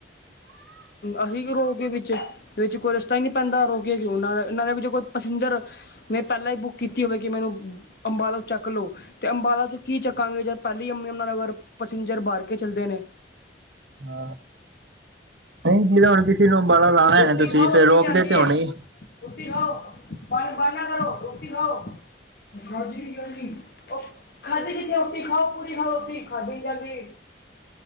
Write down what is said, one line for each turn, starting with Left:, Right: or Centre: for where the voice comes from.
Left: ਅਸੀਂ ਕਿਉਂ ਰੋਕੀਏ ਵਿਚ ਵਿੱਚ ਕੋਈ ਰਸਤਾ ਹੀ ਨੀਂ ਪੈਂਦਾਂ ਰੋਕਿਏ ਕਿਉਂ, ਨਾ ਨਾਲ਼ੇ ਵਿੱਚ ਕੋਈ ਪੈਸੇਜਰ। ਮੈਂ ਪਹਿਲਾਂ ਹੀ ਬੁੱਕ ਕੀਤੀ ਹੋਵੇਂ, ਕਿ ਮੈਂਨੂੰ ਅੰਬਾਲੋ ਚੱਕ ਲਓ। ਤੇ ਅੰਬਾਲਾ ਤੋਂ ਕੀ ਚੱਕਾਂਗੇ, ਜਦ ਪਹਿਲੀ ਅੰਮੀ ਨਗਰ ਪੈਸੈਂਜਰ ਭਰ ਕੇ ਚੱਲਦੇ ਨੇਂ।
Right: ਆ ਨਹੀਂ ਜਿਦਾਂ ਹੁਣ ਕਿਸ਼ੇ ਨੂੰ ਅੰਬਾਲਾ ਲਾਣਾ
Left: ਰੋਟੀ
Right: ਤੁਸੀਂ,
Left: ਖਾਓ
Right: ਫ਼ਿਰ
Left: ਰੋਟੀ
Right: ਰੋਕਦੇ
Left: ਲਿਆਂਦੀ
Right: ਤੇ ਹੋਣੇਂ
Left: ਏ
Right: ਹੀ
Left: ਰੋਟੀ ਖਾਓ, ਪਾਣੀਂ ਬੰਦ ਨਾ ਕਰੋਂ, ਰੋਟੀ ਖਾਓ। ਖਾਦੀ ਨੀਂ ਜਾਂਦੀ, ਉਹ ਖਾਦੀ ਕਿੱਥੇ ਰੋਟੀ ਖਾਓ, ਪੂਰੀ ਖਾਓ ਰੋਟੀ, ਖਾਧੀ ਨੀਂ ਜਾਂਦੀ।